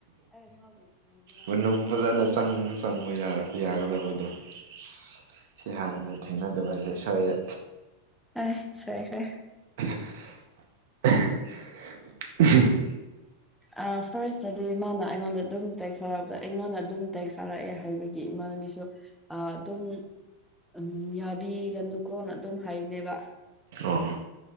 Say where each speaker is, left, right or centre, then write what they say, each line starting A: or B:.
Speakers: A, in the centre; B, on the right.
A: ꯑꯩ ꯃꯥꯕꯨ ꯀꯨꯏꯕ
B: ꯃꯅꯨꯡ ꯐꯖꯅ
A: ꯂꯩꯔꯤꯌꯦ
B: ꯆꯪ ꯆꯪꯕ ꯌꯥ ꯌꯥꯒꯗꯕꯗꯣ <unintelligible> ꯁꯤ ꯍꯥꯟꯅ ꯊꯦꯡꯅꯗꯕꯖꯦ ꯁꯣꯏꯔꯦ
A: ꯑ ꯁꯣꯏꯈ꯭ꯔꯦ
B: <unintelligible>
A: ꯑ ꯐꯥꯔꯁꯇꯗꯤ ꯃꯥꯅ ꯑꯩꯉꯣꯟꯗ ꯑꯗꯨꯝ ꯇꯩꯊꯥꯔꯛꯄꯗ ꯑꯩꯉꯣꯟꯗ ꯑꯗꯨꯝ ꯇꯩꯊꯥꯔꯛꯑꯦ ꯍꯥꯏꯕꯒꯤ ꯏꯃꯥꯒꯤꯁꯨ ꯑꯗꯨꯝ ꯎꯝ ꯌꯥꯕꯤꯒꯅꯨꯀꯣꯅ ꯑꯗꯨꯝ ꯍꯥꯏꯌꯨꯅꯦꯕ
B: ꯑꯣ